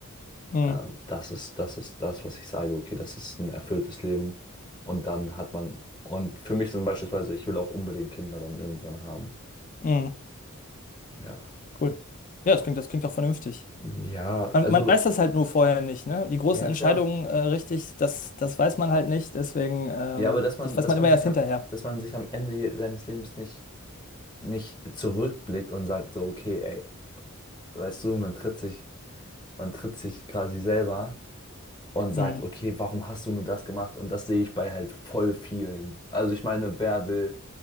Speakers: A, on the left (about 35°); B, on the left (about 20°).
A: Mhm.
B: Ähm, das ist, das ist das, was ich sage. Okay, das ist ein erfülltes Leben. Und dann hat man, und für mich sind beispielsweise, ich will auch unbedingt Kinder dann irgendwann haben.
A: Mhm.
B: Ja.
A: Cool. Ja, das klingt, das klingt auch vernünftig.
B: Ja,
A: Man,
B: also,
A: man weiß das halt nur vorher nicht, ne? Die großen
B: ja
A: Entscheidungen
B: klar.
A: äh, richtig, das, das weiß man halt nicht, deswegen, ähm,
B: Ja, aber dass man,
A: das weiß
B: dass
A: man
B: man
A: immer
B: sich
A: erst hinterher.
B: am, dass man sich am Ende seines Lebens nicht, nicht zurückblickt und sagt so, okay, ey, weißt du, man tritt sich, man tritt sich quasi selber. und
A: Mhm.
B: sagt, okay, warum hast du nur das gemacht? Und das sehe ich bei halt voll vielen. Also ich meine, wer will,